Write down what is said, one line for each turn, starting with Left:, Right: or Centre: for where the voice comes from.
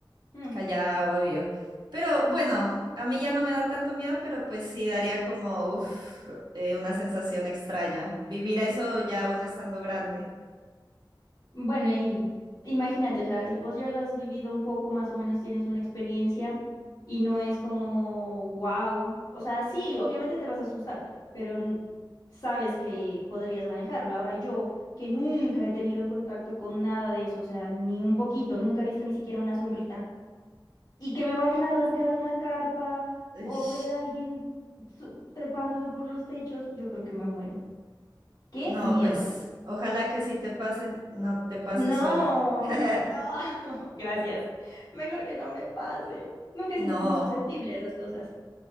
Left: Mm.
Right: Callada, obvio. Pero bueno, a mí ya no me da tanto miedo, pero pues sí daría como uf, eh, una sensación extraña. Vivir eso ya uno estando grande.
Left: Bueno, y imagínate, o sea, si vos ya lo has vivido un poco, más o menos tienes una experiencia y no es como, wow, o sea, sí, obviamente te vas a asustar, pero n- sabes que podrías manejarlo. Ahora yo, que nunca he tenido contacto con nada de eso, o sea, ni un poquito, nunca he visto ni siquiera una sombrita, y que me vayan a rasgar una carpa
Right: Ish.
Left: o ver a alguien su- trepándose por los techos, yo creo que me muero. ¡Qué
Right: No,
Left: miedo!
Right: pues ojalá que si te pasen, no te pases
Left: No,
Right: sola. <laughs>
Left: no, <laughs> gracias. Mejor que no me pase. Nunca he
Right: No,
Left: sido como susceptible a esas cosas.